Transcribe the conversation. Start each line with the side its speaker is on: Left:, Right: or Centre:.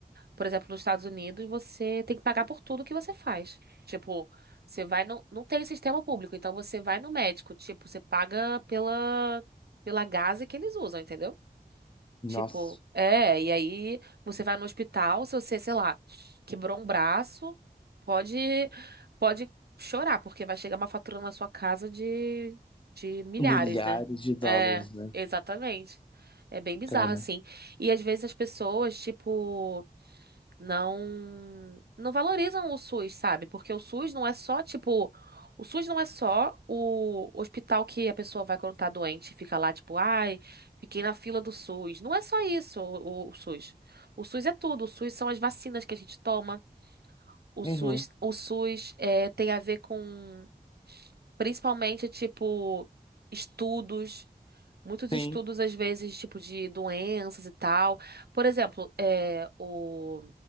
Right: por exemplo, nos Estados Unidos, você tem que pagar por tudo que você faz. Tipo, você vai no. Não tem sistema público, então você vai no médico. Tipo, você paga pela, pela gase que eles usam, entendeu?
Left: Nossa,
Right: Tipo, é, e aí você vai no hospital, se você, sei lá, quebrou um braço, pode, pode chorar, porque vai chegar uma fatura na sua casa de, de milhares,
Left: milhares
Right: né?
Left: de dólares,
Right: É,
Left: né?
Right: exatamente. É bem bizarro,
Left: Cara.
Right: assim. E às vezes as pessoas, tipo não não valorizam o SUS, sabe? Porque o SUS não é só, tipo, o SUS não é só o hospital que a pessoa vai quando tá doente e fica lá, tipo, ai, fiquei na fila do SUS. Não é só isso, o, o SUS. O SUS é tudo. O SUS são as vacinas que a gente toma. O
Left: Uhum.
Right: SUS, o SUS é, tem a ver com, principalmente, tipo, estudos. Muitos
Left: Tem,
Right: estudos, às vezes, tipo, de doenças e tal. Por exemplo, é, o,